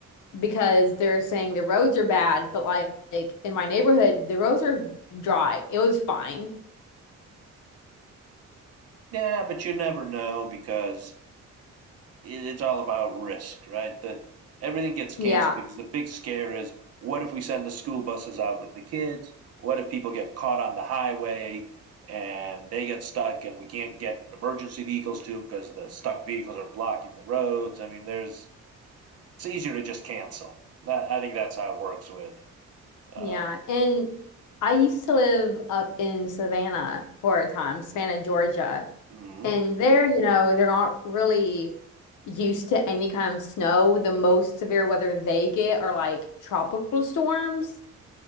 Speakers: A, on the left (about 70°); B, on the right (about 50°).
A: because they're saying the roads are bad, but like like in my neighborhood, the roads are dry. It was fine.
B: Yeah, but you never know because it, it's all about risk, right? The everything gets canceled
A: Yeah,
B: because the big scare is what if we send the school buses out with the kids? What if people get caught on the highway and they get stuck and we can't get emergency vehicles to them because the stuck vehicles are blocking the roads? I mean, there's it's easier to just cancel. That, I think that's how it works with. Um,
A: yeah. And I used to live up in Savannah for a time, Savannah, Georgia.
B: mhm.
A: And there, you know, they're not really used to any kind of snow. The most severe weather they get are like tropical storms.